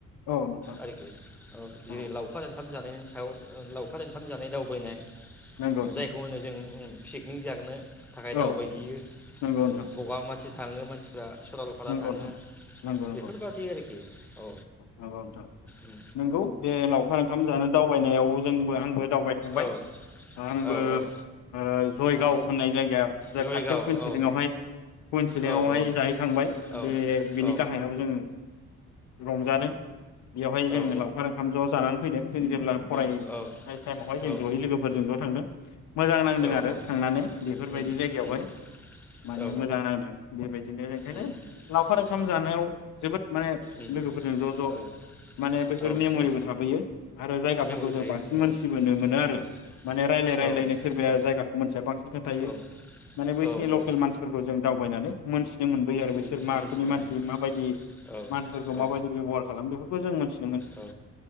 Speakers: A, on the left; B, in the centre.
A: औ नोंथां।
B: आरोखि जेरै
A: औ
B: लावखार ओंखाम जानायनि सायाव ओ लावखार ओंखाम जानाय दावबायनाय।
A: नंगौ नोंथां
B: जायखौ होनो जों ओ पिकनिक जागोनो थाखाय
A: औ
B: दावबायहैयो
A: नंगौ
B: ओ
A: नोंथां
B: बगा माट थाङो मानसिफ्रा सरलपारा
A: नंगौ
B: थाङो
A: नोंथां नंगौ नंगौ
B: बेफोरबादि आरोखि औ
A: नंगौ नोंथां
B: उम।
A: नंगौ बे लावखार ओंखाम जानो दावबायनायाव जोंबो आंबो दावबायखांबाय
B: औ
A: आंबो
B: औ औ
A: ओ जयगाव
B: औ
A: होननाय जायगायाव
B: जयगाव
A: खाथियाव कुइनसिलिंआवहाय
B: औ
A: कुइ सिलिंआवहाय
B: औ औ
A: जाहैखांबाय। बे
B: औ
A: बिनि
B: औ
A: गाहायाव जों रंजादों। बेवहाय जों
B: औ
A: लावखार ओंखाम ज' जानानै फैदों। जों जेब्ला फराय
B: औ
A: नाय टाइमावहाय जों
B: औ
A: ज'यै लोगोफोरजों ज' थांदों। मोजां नांदों
B: औ
A: आरो
B: औ
A: थांनानै बेफोरबायदि
B: उम
A: जायगायावहाय
B: उम
A: माने
B: औ
A: मोजां नांदों बेबायदिनो ओंखायनो
B: उम उम
A: लावखार
B: उम
A: ओंखाम जानायाव जोबोद मा ने
B: उम
A: लोगोफोरजों ज' ज'
B: औ
A: माने बैफोर
B: औ
A: मेम'रिबो
B: औ
A: थाबैयो आरो जायगाफोरखौ
B: मेम'रियाव
A: जों
B: थायो
A: बांसिन
B: ना
A: मोनथिबोनो
B: औ
A: मोनो आरो
B: उम
A: माने रायलाय रायलायनो
B: औ
A: सोरबाया
B: औ
A: जायगाखौ मोनथिया बांसिन खोन्थायो
B: औ
A: माने बैसोरनि
B: औ
A: ल'केल
B: औ
A: मानसिफोरखौ जों दावबायनानै मोनस नुनो मोनबोयो आरो बे
B: मोनथि
A: स थाखोनि
B: मोनथिनो
A: मानसि
B: हायो
A: माबायदि
B: औ
A: मानसिफोरखो
B: औ
A: माबायदि बेबहार खालामो? बेफोरखौ जों मोन
B: औ